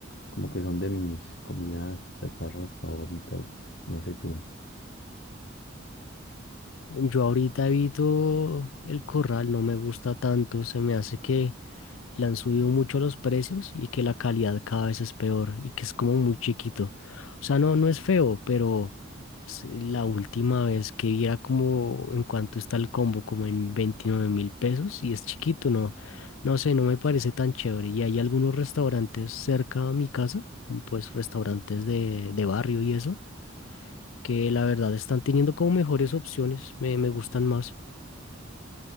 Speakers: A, on the left (about 60°); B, on the left (about 85°).
A: como que son de mis comidas chatarras favoritas, no sé tú.
B: Yo ahorita evito el corral, no me gusta tanto, se me hace que le han subido mucho los precios y que la calidad cada vez es peor y que es como muy chiquito. O sea, no, no es feo, pero es eh, la última vez que vi era como en cuanto está el combo, como en veintinueve mil pesos y es chiquito, no, no sé, no me parece tan chévere. Y hay algunos restaurantes cerca a mi casa, como pues restaurantes de, de barrio y eso que la verdad están teniendo como mejores opciones, me, me gustan más.